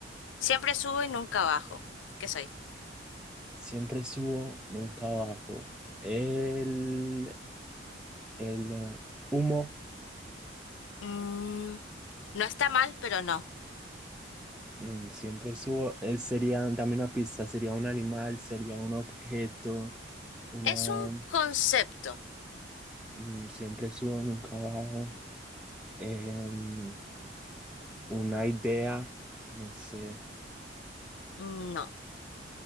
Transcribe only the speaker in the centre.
Siempre subo, nunca bajo. El, el eh, humo,
mm, siempre subo. eh, sería, dame una pista, sería un animal, sería un objeto una
mm, siempre subo, nunca bajo. Em, una idea, no sé,